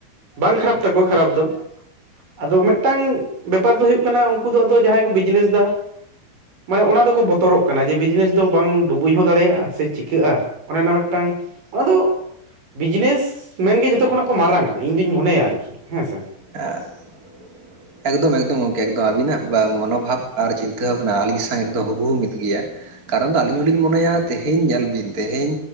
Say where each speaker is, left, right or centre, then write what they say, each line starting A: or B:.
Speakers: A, on the right; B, on the right.
A: ᱵᱟᱝ ᱠᱷᱟᱨᱟᱯ ᱛᱟᱠᱚᱣᱟ ᱠᱷᱟᱨᱟᱯ ᱫᱚ ᱟᱫᱚ ᱢᱤᱫᱴᱟᱝ ᱵᱮᱯᱟᱨ ᱫᱚ ᱦᱩᱭᱩᱜ ᱠᱟᱱᱟ ᱩᱝᱠᱩ ᱫᱚ ᱟᱫᱚ ᱡᱟᱦᱟᱸᱭ ᱠᱩ ᱵᱤᱡᱽᱱᱮᱥ ᱫᱟ ᱢᱟᱱᱮ ᱚᱱᱟ ᱫᱚᱠᱚ ᱵᱚᱛᱚᱨᱚᱜ ᱠᱟᱱᱟ ᱡᱮ ᱵᱤᱡᱽᱱᱮᱥ ᱫᱚ ᱵᱟᱝ ᱰᱩᱵᱩᱡ ᱦᱚᱸ ᱫᱟᱲᱮᱭᱟᱜᱼᱟ ᱥᱮ ᱪᱤᱠᱟᱹᱜᱼᱟ ᱚᱱᱮᱚᱱᱟ ᱢᱤᱫᱴᱟᱝ ᱟᱫᱚ ᱵᱤᱡᱽᱱᱮᱥ ᱢᱮᱱᱜᱮ ᱡᱷᱚᱛᱚ ᱠᱷᱚᱱᱟᱜ ᱠᱚ ᱢᱟᱨᱟᱝᱟ ᱤᱧ ᱫᱳᱧ ᱢᱚᱱᱮᱭᱟ ᱟᱨᱠᱤ ᱦᱮᱸ ᱥᱮ
B: <unintelligible> ᱮᱠᱫᱚᱢ ᱮᱠᱫᱚᱢ ᱜᱚᱢᱠᱮ ᱟᱵᱤᱱᱟᱜ ᱢᱚᱱᱳᱵᱷᱟᱵ ᱟᱨ ᱪᱤᱱᱛᱟᱹ ᱵᱷᱟᱵᱱᱟ ᱟᱞᱤᱧ ᱥᱟᱶ ᱮᱠᱫᱚᱢ ᱦᱩᱵᱩᱦᱩᱜ ᱢᱤᱫ ᱜᱮᱭᱟ ᱠᱟᱨᱚᱱ ᱫᱚ ᱟᱹᱞᱤᱧ ᱦᱚᱞᱤᱧ ᱢᱚᱱᱮᱭᱟ ᱛᱮᱦᱮᱧ ᱧᱮᱞ ᱵᱤᱱ ᱛᱮᱦᱮᱧ